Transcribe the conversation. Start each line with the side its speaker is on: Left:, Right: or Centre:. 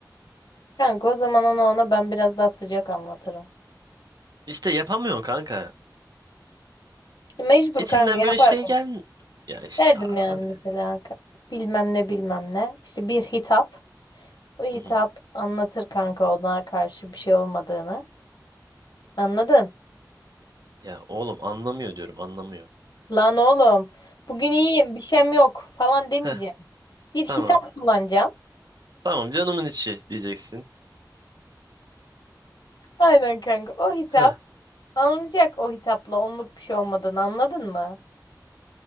Left: Kanka o zaman onu ona ben biraz daha sıcak anlatırım.
Right: İşte yapamıyorsun kanka.
Left: Mecbur
Right: İçinden
Left: kanka yapardım.
Right: böyle şey gelmiyor. Ya işte
Left: Derdim yani
Right: abi.
Left: mesela ka- bilmem ne bilmem ne. İşte bir hitap. O hitap
Right: Hı hı.
Left: anlatır kanka ona karşı bir şey olmadığını. Anladın?
Right: Ya oğlum anlamıyor diyorum anlamıyor.
Left: Lan oğlum bugün iyiyim bir şeyim yok falan demeyeceğim.
Right: Heh
Left: Bir hitap
Right: tamam.
Left: kullanacaksın.
Right: Tamam canımın içi diyeceksin.
Left: Aynen kanka. O hitap
Right: Heh.
Left: anlayacak o hitapla onluk bir şey olmadığını anladın mı?